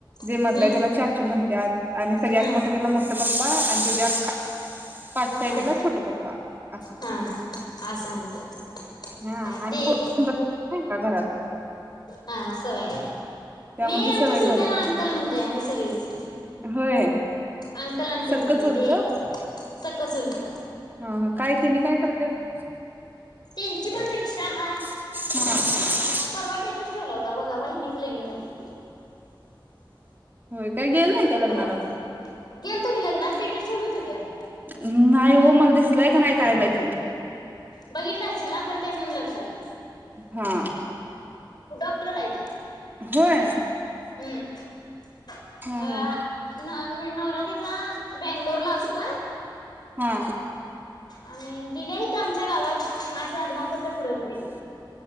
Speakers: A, on the right; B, on the left.
A: जे
B: हम्म
A: मधलंय त्याला चाचू म्हणत्यात आणि सगळ्यात
B: हा
A: मोठं त्याला मोठे पप्पा आणि त्याज्यात पाचं हाय
B: हा
A: त्याला छोटं पप्पा असं
B: हा हा असं म्हणत्यात
A: हा आणि
B: ती
A: <unintelligible> नाही का घरात?
B: हा सवयाय
A: त्यामुळे
B: मी
A: ती
B: आमच्या
A: सवय
B: चुलत्याला
A: झाल्या त्यांना
B: अंकल म्हणतोया आम्ही सगळीच
A: होय
B: अंकल, अंटी
A: सक्क
B: म्हणतोय
A: चुलत
B: ते संक चुलतं
A: हा हा काय त्यानी काय करत्यात?
B: त्यांची पण रिक्षा हाय
A: हा <inaudible>
B: परवा टेट्स ठेवला होता. बघा वहिनीचं लगीन झालं ते
A: होय काय, गेल नाही त्या लग्नाला
B: परवा
A: मग?
B: गेलतो की लग्नाल, टेटस ठेवलो होतो की आम्ही
A: न्हाय वो, मला दिसलाय का नाही काय माहिती
B: बघितला अशिला खर ते आजून लक्षात नसेल
A: हा
B: डॉक्टर हाय ती,
A: होय
B: हम्म
A: हा
B: अ
A: हा
B: न नवरा तिचा बेंगलोरला असतोय
A: हा
B: आणि दिलय इथ आमच्या गावात असं अदमापूरच्या पुढेच गेलया